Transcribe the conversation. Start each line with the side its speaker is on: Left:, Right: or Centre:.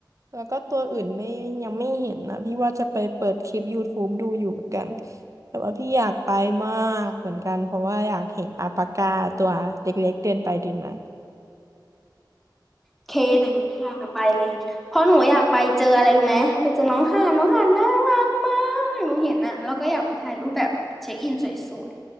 Right: แล้วก็ตัวอื่นไม่ยังไม่เห็นนะพี่ว่าจะไปเปิดคลิปยูทูบ e ดูอยู่เหมือนกันแต่ว่าพี่อยากไปมากเหมือนกันเพราะว่าอยากเห็นอัลปาก้าตัวเล็กๆเดินไปเดินมา
Centre: เคเดี๋ยวหนูพาไปเลยเพราะหนูอยากไปเจออะไรรู้ไหมไปเจอน้องห่านน้องห่านน่ารักมากหนูเห็นอะแล้วก็อยากไปถ่ายรูปแบบเช็คอินสวย